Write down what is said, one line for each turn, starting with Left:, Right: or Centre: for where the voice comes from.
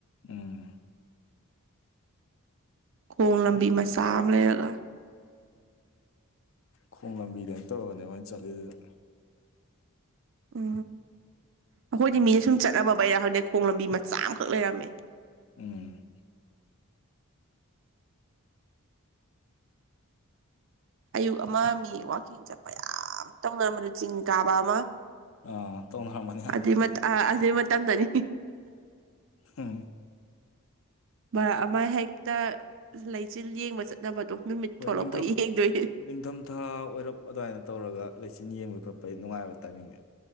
Left: ꯎꯝ
Right: ꯈꯣꯡ ꯂꯝꯕꯤ ꯃꯆꯥ ꯑꯃ ꯂꯩꯔꯒ
Left: ꯈꯣꯡ ꯂꯝꯕꯤꯗ ꯑꯝ ꯇꯧꯔꯒꯅꯦ ꯃꯣꯏꯅ ꯆꯠꯂꯤꯗꯨꯗ
Right: ꯑꯣ ꯑꯩꯈꯣꯏꯗꯤ ꯃꯤꯅ ꯁꯨꯝ ꯆꯠꯅꯕꯕꯩꯔꯥ ꯍꯧꯗꯛ ꯈꯣꯡ ꯂꯝꯕꯤ ꯃꯆꯥ ꯑꯃꯈꯛ ꯂꯩꯔꯝꯃꯦ
Left: ꯎꯝ
Right: ꯑꯌꯨꯛ ꯑꯃ ꯃꯤ ꯋꯀꯤꯡ ꯆꯠꯄ ꯌꯥꯝ ꯇꯧꯅꯔꯝꯕꯗꯨ ꯆꯤꯡ ꯀꯥꯕ ꯑꯃ
Left: ꯑꯥ ꯇꯧꯅꯔꯝꯃꯅꯤ ꯌꯥꯝ
Right: ꯑꯗꯨꯏ ꯃꯇꯝꯗ ꯑꯗꯨꯏ ꯃꯇꯝꯗꯅꯤ
Left: ꯎꯝ
Right: ꯥ ꯑꯃ ꯍꯦꯛꯇ ꯂꯩꯆꯤꯜ ꯌꯦꯡꯕ ꯆꯠꯅꯕꯗꯣ ꯅꯨꯃꯤꯠ
Left: ꯍꯣꯏ
Right: ꯊꯣꯛꯂꯛꯄꯩ
Left: ꯅꯤꯡꯊꯝ
Right: ꯌꯦꯡꯗꯣꯏ
Left: ꯅꯤꯡꯊꯝꯊꯥ ꯑꯣꯏꯔꯞ ꯑꯗꯨꯃꯥꯏꯅ ꯇꯧꯔꯒ ꯂꯩꯆꯤꯟ ꯌꯦꯡꯕꯩ ꯈꯣꯠꯄꯒꯤ ꯅꯨꯡꯉꯥꯏꯕ ꯇꯥꯏꯃꯤꯡꯅꯦ